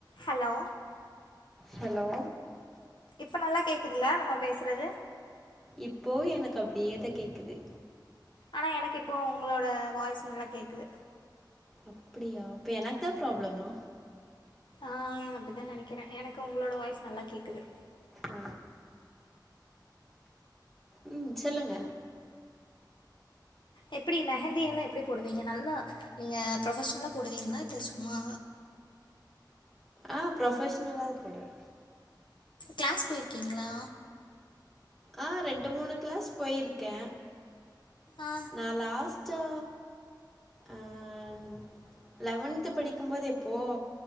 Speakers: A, on the left; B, in the centre.
A: ஹலோ
B: ஹலோ
A: இப்ப நல்லா கேக்குதுல நம்ம பேசுறது
B: இப்போ எனக்கு அப்டியேதா கேக்குது
A: ஆனா எனக்கு இப்போ உங்களோட வாய்ஸ் நல்லா கேக்குது
B: அப்டியா அப்ப எனக்கு தா ப்ராப்ளமா
A: ஆ அப்டிதா நெனக்கிறெ எனக்கு உங்ளோட வாய்ஸ் நல்லா கேக்குது
B: ஆ ம் சொல்லுங்க
A: எப்டி மெஹந்தியெல்லா எப்டி போடுவீங்க நல்லா நீங்க ப்ரொஃபஷ்னலா போடுவீங்ளா இல்ல சும்மா
B: ஆ ப்ரொஃபஷ்னலா தா போடுவே
A: க்ளாஸ் போய்ர்க்கீங்ளா
B: ஆ ரெண்டு மூணு கிளாஸ் போயிருக்கெ
A: ஆ
B: நா லாஸ்ட் ச்சோ ஆங் லெவன்த்து படிக்கும்போது எப்போ